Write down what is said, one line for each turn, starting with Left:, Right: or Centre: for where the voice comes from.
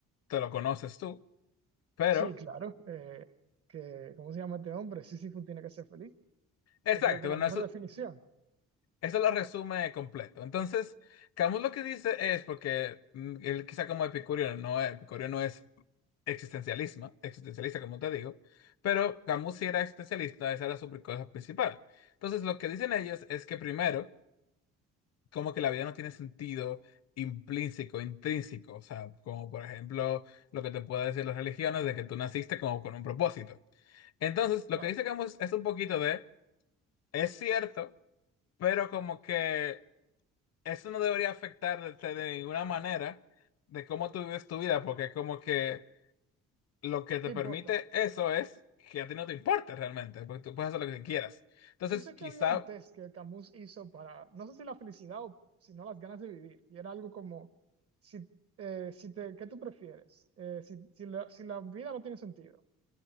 Left: te lo conoces tú, pero...
Right: Sí, claro. eh, que, ¿cómo se llama este hombre? Sísifo tiene que ser feliz. O
Left: Exacto,
Right: sea, creo que
Left: bueno,
Right: la mejor
Left: eso,
Right: definición.
Left: Eso lo resume completo. Entonces, Camus lo que dice es, porque mm, él quizá como epicurio no es, epicurio no es existencialismo, existencialista como te digo, pero Camus sí era existencialista, esa era su pri- cosa principal. Entonces, lo que dicen ellos es que primero, como que la vida no tiene sentido implícito, intrínseco, o sea, como por ejemplo lo que te puede decir las religiones de que tú naciste como con un propósito. Entonces, lo
Right: Claro.
Left: que dice Camus es un poquito de, es cierto, pero como que eso no debería afectarte de ninguna manera de cómo tú vives tu vida, porque como que lo que te
Right: ¿Qué importa?
Left: permite eso es que a ti no te importe realmente, porque tú puedes hacer lo que quieras. Entonces,
Right: Yo sé que
Left: quizá,
Right: había un test que Camus hizo para, no sé si la felicidad o si no las ganas de vivir. Y era algo como, si, eh, si te, ¿qué tú prefieres? Eh, si, si la, si la vida no tiene sentido.